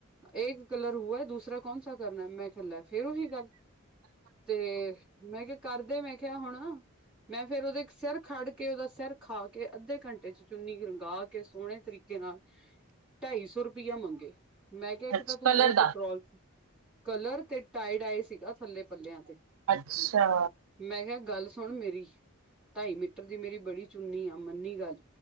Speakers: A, in the centre; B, on the right.
A: ਏਕ ਕਲਰ ਹੁਆ ਦੂਸਰਾ ਕੌਣਸ ਕਰਨਾ ਮੈਂ ਲਾ ਫੇਰ ਉਹੀ ਗੱਲ ਤੇ ਮੈਂ ਕਿਹਾ। ਕਰਦੇ ਮੈਂ ਕਿਹਾ ਹੁਣ ਮੈਂ ਫੇਰ ਉਹਦੇ ਇੱਕ ਸਿਰ ਖੜ ਕੇ ਕੇ ਉਹਦਾ ਸਿਰ ਖਾ ਕੇ ਅੱਧੇ ਘੰਟੇ ਚ ਚੁੰਨੀ ਰੰਗਾ ਕੇ ਸੋਹਣੇ ਤਰੀਕੇ ਨਾਲ ਢਾਈ ਸੌ ਰੁਪ ਰੁਪਈਆ ਮੰਗੇ ਮੈਂ ਕਿਹਾ ਇੱਕ
B: ਅੱਛਾ
A: ਤਾਂ ਤੂੰ
B: ਕਲਰ
A: ਮੇਰਾ
B: ਦਾ
A: ਪੈਟਰੋਲ ਕਲਰ ਤੇ ਟਾਈ ਡਾਈ ਸੀਗਾ ਥੱਲੇ ਪੱਲਿਆਂ ਤੇ
B: ਅੱਛਾ,
A: ਮੈਂ ਕਿਹਾ ਗੱਲ ਸੁਣ ਮੇਰੀ ਢਾਈ ਮੀਟਰ ਦੀ ਮੇਰੀ ਬੜੀ ਚੁੰਨੀ ਆ ਮੰਨੀ ਗੱਲ